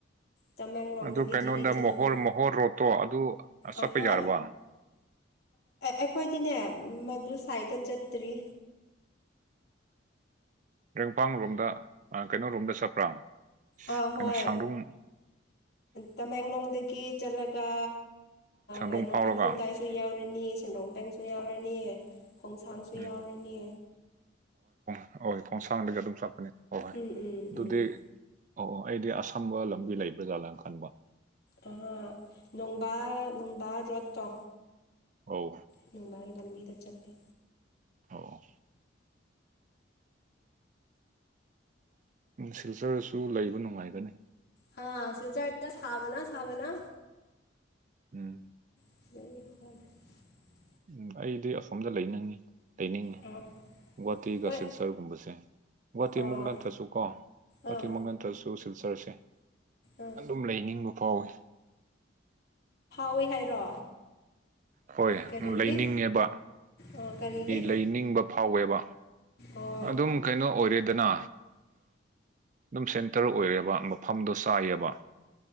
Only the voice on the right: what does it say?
ꯑꯗꯨ ꯀꯩꯅꯣꯗ
ꯃꯣꯍꯣꯔ ꯃꯣꯍꯣꯔ ꯔꯣꯠꯇꯣ ꯑꯗꯨ ꯆꯠꯄ
ꯌꯥꯔꯕ
ꯔꯦꯡꯄꯡ ꯔꯣꯝꯗ ꯀꯩꯅꯣ ꯔꯣꯝꯗ ꯆꯠꯄ꯭ꯔꯥ
ꯀꯩꯅꯣ ꯁꯥꯡꯗ꯭ꯔꯝ
ꯁꯥꯡꯗ꯭ꯔꯨꯡ
ꯐꯥꯎꯔꯒ
ꯎꯝ
ꯍ ꯍꯣꯏ ꯈꯣꯡꯁꯥꯡꯗꯒ ꯑꯗꯨꯝ ꯆꯠꯄꯅꯦ ꯍ ꯍꯣꯏ
ꯑꯗꯨꯗꯤ
ꯑꯣ ꯑꯣ ꯑꯩꯗꯤ ꯑꯁꯥꯝ ꯊꯝꯕ ꯂꯝꯕꯤ ꯂꯩꯕ꯭ꯔꯥꯖꯥꯠꯂꯥꯅ ꯈꯟꯕ
ꯑꯧ
ꯑꯣ ꯁꯤꯜꯆꯔꯁꯨ ꯂꯩꯕ ꯅꯨꯡꯉꯥꯏꯒꯅꯤ
ꯎꯝ
ꯎꯝ ꯑꯩꯗꯤ ꯑꯁꯣꯝꯗ ꯂꯩꯅꯤꯡꯏ ꯂꯩꯅꯤꯡꯉꯤ
ꯒꯨꯍꯥꯇꯤꯒꯁꯤꯜꯁꯔꯒꯨꯝꯕꯁꯦ
ꯒꯨꯍꯥꯇꯤꯃꯨꯛ
ꯅꯠꯇ꯭ꯔꯁꯨ ꯀꯣꯒꯨꯍꯥꯇꯤꯃꯨꯛ
ꯅꯠꯇ꯭ꯔꯁꯨ ꯁꯤꯜꯆ ꯁꯔꯁꯦ
ꯑꯗꯨꯝ ꯂꯩꯅꯤꯡꯕ ꯐꯥꯎꯋꯦ
ꯍꯣꯏ
ꯂꯩꯅꯤꯡꯉꯦꯕ
ꯂꯩꯅꯤꯡꯕ ꯐꯥꯎꯋꯦꯕ
ꯑꯗꯨꯝ ꯀꯩꯅꯣ ꯑꯣꯏꯔꯦꯗꯅ ꯑꯗꯨꯝ ꯁꯦꯟꯇꯔ ꯑꯣꯏꯔꯦꯕ ꯃꯐꯝꯗꯣ ꯆꯥꯏꯑꯕ